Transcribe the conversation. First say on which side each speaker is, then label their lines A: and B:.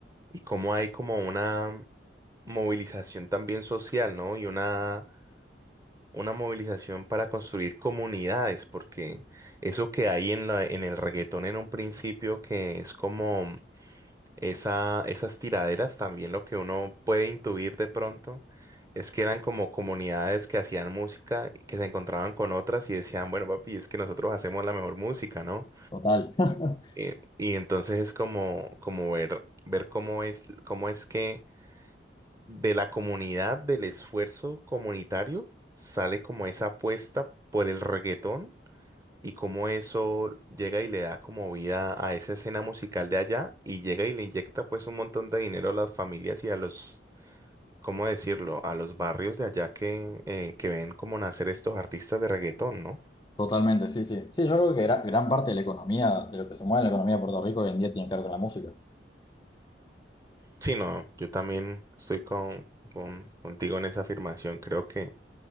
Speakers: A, on the right; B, on the left.
A: y cómo hay como una movilización también social, ¿no? Y una una movilización para construir comunidades, porque eso que hay en la, en el reggaetón en un principio, que es como esa, esas tiraderas, también lo que uno puede intuir de pronto, es que eran como comunidades que hacían música, que se encontraban con otras y decían, bueno, papi, es que nosotros hacemos la mejor música, ¿no?
B: Total. <laughs>
A: Eh, y entonces es como, como ver, ver cómo es, cómo es que de la comunidad, del esfuerzo comunitario, sale como esa apuesta por el reggaetón y cómo eso llega y le da como vida a esa escena musical de allá y llega y le inyecta pues un montón de dinero a las familias y a los, ¿cómo decirlo?, a los barrios de allá que, eh, que ven como nacer estos artistas de reggaetón, ¿no?
B: Totalmente, sí, sí. Sí, yo creo que gra- gran parte de la economía, de lo que se mueve en la economía de Puerto Rico hoy en día tiene que ver con la música
A: Sí, no, yo también estoy con, con- contigo en esa afirmación, creo que